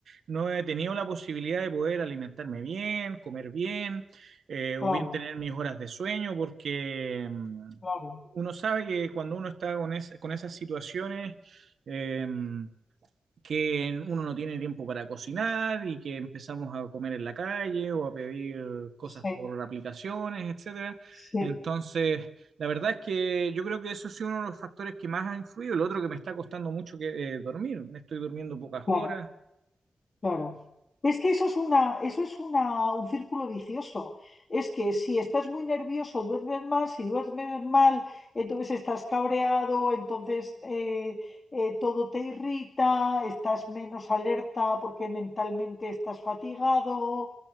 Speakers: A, on the right; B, on the left.
A: no he tenido la posibilidad de poder alimentarme bien, comer bien, eh, o
B: claro,
A: bien tener mis horas de sueño, porque mm,
B: claro,
A: uno sabe que cuando uno está con, es- con esas situaciones, em, que uno no tiene tiempo para cocinar y que empezamos a comer en la calle o a pedir cosas
B: sí,
A: por aplicaciones, etcétera.
B: sí,
A: Entonces, la verdad es que yo creo que eso ha sido uno de los factores que más ha influido. El otro que me está costando mucho que eh, dormir. Me estoy durmiendo pocas
B: claro.
A: horas.
B: Claro. Es que eso es una, eso es una, un círculo vicioso. Es que si estás muy nervioso, duermes mal, si duermes mal, entonces estás cabreado, entonces eh, eh, todo te irrita, estás menos alerta porque mentalmente estás fatigado.